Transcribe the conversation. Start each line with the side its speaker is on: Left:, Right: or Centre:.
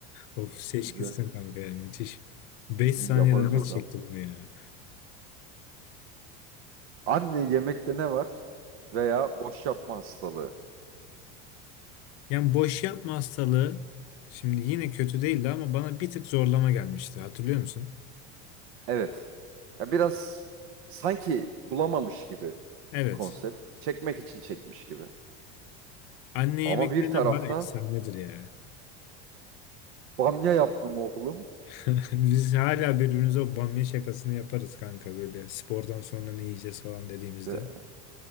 Left: Of seç
Right: Bize-
Left: gitsin kanka yani müthiş. 5 saniyede
Right: Biz yaparız
Left: nasıl
Right: hocam.
Left: çekti bunu ya?
Right: Anne yemekte ne var? Veya boş yapma hastalığı.
Left: Yani boş yapma hastalığı şimdi yine kötü değildi ama bana bir tık zorlama gelmişti. Hatırlıyor musun?
Right: Evet. Ya biraz sanki bulamamış gibi
Left: Evet.
Right: konsept. Çekmek için çekmiş gibi.
Left: Anne yemekte
Right: Ama bir
Left: ne
Right: tarafta
Left: var? Efsanedir ya.
Right: bamya yaptım oğlum.
Left: <laughs> Biz hala birbirimize o bamya şakasını yaparız kanka böyle spordan sonra ne yiyeceğiz falan dediğimizde.
Right: Ee,